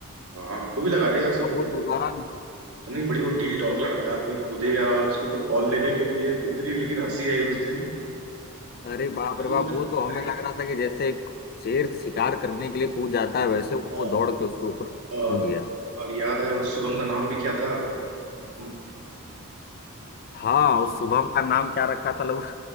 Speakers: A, on the right (about 75°); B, on the left (about 45°).
A: हाँ हमको भी लगा रहे यार सब
B: अब वो दोबारा
A: इतनी बड़ी वो डील डॉल का लड़का कोई कूदेगा उसके ऊपर बॉल लेने के लिए तो इतनी लेकिन हंसी आई उस दिन
B: अरे बाप
A: अरे
B: रे बाप
A: अरे
B: वो तो हमें
A: अरे,
B: लग रहा था कि जैसे एक शेर शिकार करने के लिए कूद जाता है वैसे वो
A: अ,
B: दौड़ के उसके ऊपर
A: अ,
B: कूद गया
A: और याद है उस शुभम का नाम भी क्या था मु-
B: हाँ उस शुभम का नाम क्या रखा था लोग